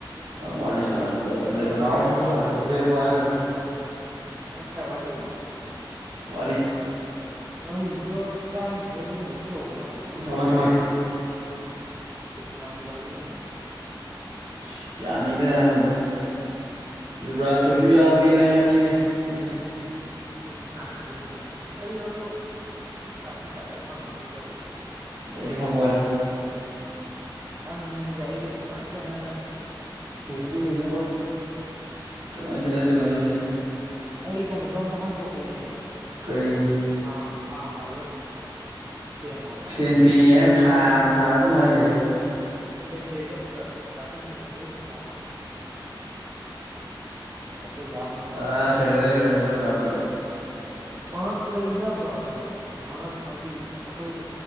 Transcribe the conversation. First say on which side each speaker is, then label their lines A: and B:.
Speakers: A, on the right (about 75°); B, on the right (about 35°).
A: ꯋꯥꯠꯂꯤꯁꯤ ꯁꯥꯟꯅꯒꯗꯕ
B: ꯅꯪ
A: ꯌꯦꯜ ꯇꯅꯥꯎꯒꯤꯖꯨ
B: ꯀꯌꯥ ꯋꯥꯠꯂꯤ ꯈꯪꯃꯦ
A: ꯍꯂꯛꯈꯤꯗ꯭ꯔꯦ ꯑꯗꯨ ꯉꯥꯔꯥꯡ ꯑꯗꯨꯝ
B: ꯅꯪ ꯀꯌꯥ ꯋꯥꯠꯂꯤ
A: ꯋꯥꯠꯂꯤ
B: ꯅꯪ ꯍꯧꯖꯤꯛꯀꯤꯗꯣ ꯇꯔꯥꯅꯤꯊꯣꯏꯔ ꯀꯩꯅꯣꯝ ꯁꯨꯍꯧ ꯃꯥꯜꯂꯤꯗ
A: ꯊꯝꯃꯣ ꯊꯝꯃꯦ
B: ꯏ ꯌꯥꯝꯖꯤꯟꯂꯛꯇ꯭ꯔꯦ ꯀꯩꯅꯣ
A: ꯑꯁ ꯌꯥꯃꯤꯗ ꯑꯗꯨꯝ ꯌꯕ꯭ꯔꯥꯥꯁꯣꯏꯁꯨ ꯌꯥꯎꯒꯦꯅ ꯍꯥꯏꯕꯅꯤꯅꯦ ꯁꯤꯁꯦ
B: ꯑ ꯃꯣꯏꯗꯤ ꯁꯥꯟꯅꯗꯣꯏꯅꯦ ꯑꯁ ꯑꯩ ꯑꯗꯣ ꯂꯤꯁꯤꯡ ꯆꯥꯇ꯭ꯔꯨꯛ ꯗꯥꯏꯔꯦꯛ ꯐꯪꯉꯔꯣꯏ ꯇꯧꯕ ꯑꯁ
A: ꯂꯩꯁꯨ
B: ꯍꯣꯢ
A: ꯐꯪꯉꯣꯏ
B: ꯅꯪ ꯑꯩꯒ ꯗꯤ ꯄꯠ ꯈꯦꯠꯅꯔꯅꯤ
A: ꯅꯪꯒꯤ ꯅꯔꯣꯟ ꯀꯃꯥꯏ ꯈꯦꯠꯅꯗꯣꯏꯅꯣ ꯍꯦꯢꯁꯦ
B: ꯑꯩ ꯀꯩꯅꯣꯗꯣ ꯑꯝꯇ ꯍꯥꯡꯇꯣꯛꯀꯦꯅꯦ
A: ꯀꯔꯤ
B: ꯐꯥꯝ ꯐꯥꯝ ꯍꯥꯏꯕ꯭ꯔꯥ ꯐꯦꯝ ꯍꯥꯏꯕ꯭ꯔꯥ
A: ꯐꯦꯟ ꯄꯤ ꯑꯦ ꯍꯥꯢꯔ ꯐꯥꯝ ꯐꯥꯝ ꯑꯗꯨꯝ ꯍꯥꯏ ꯂꯩ
B: ꯐꯦꯝ ꯄꯦ ꯗꯣ ꯑꯝꯇ ꯇꯥ ꯆꯤꯁꯦꯒꯤ ꯍꯨꯖꯤꯛ ꯄꯩꯁꯥ <unintelligible> ꯃꯉꯛ
A: ꯑ ꯁꯂꯅ ꯆꯂ ꯀꯥꯄ ꯌꯥ ꯑꯗꯨ꯭ꯔꯣ
B: ꯃꯉꯛ ꯂꯩꯅꯕ꯭ꯔꯣ ꯗꯥꯃꯦ ꯃꯉꯛ ꯍꯥꯏꯗꯤ ꯑꯩꯈꯣꯏ